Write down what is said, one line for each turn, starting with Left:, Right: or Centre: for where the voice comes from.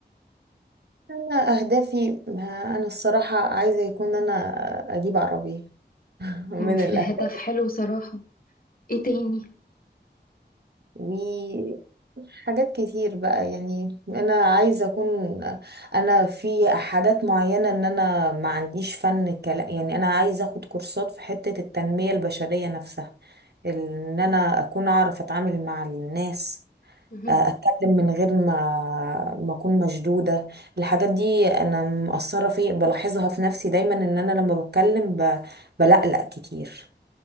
Right: انا اهدافي ما انا الصراحة عايزة يكون انا اجيب عربية من
Left: أمم، في
Right: الاهل
Left: هدف حلو صراحة إيه تاني
Right: وحاجات كتير بقى يعني انا عايزة اكون انا في حاجات معينة ان انا ما عنديش فن كلام يعني انا عايزة اخد كورسات في حتة التنمية البشرية نفسها ان انا اكون اعرف اتعامل مع الناس
Left: مهم.
Right: اتكلم من غير ما ما اكون مشدوده الحاجات دي انا مقصره في بلاحظها في نفسي دايما ان انا لما بتكلم ب... بلقلق كتير